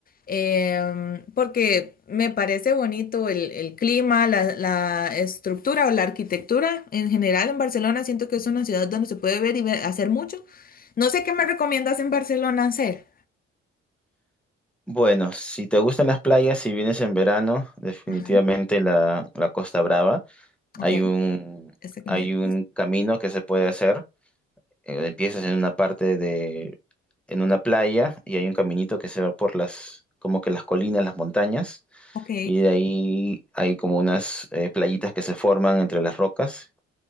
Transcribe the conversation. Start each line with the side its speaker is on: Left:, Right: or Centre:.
Left: em, porque me parece bonito el, el clima, la, la estructura o la arquitectura en general en Barcelona. Siento que es una ciudad donde se puede ver y ver- hacer mucho. No sé qué me recomiendas en Barcelona hacer.
Centre: Bueno, si te gustan las playas, si vienes en verano, definitivamente
Left: Ajá,
Centre: la, la Costa Brava.
Left: ok,
Centre: Hay un,
Left: este que
Centre: hay
Left: me dices.
Centre: un camino que se puede hacer. Eh, empiezas en una parte de, en una playa y hay un caminito que se va por las, como que las colinas, las montañas.
Left: Ok.
Centre: Y de ahí hay como unas eh, playitas que se forman entre las rocas.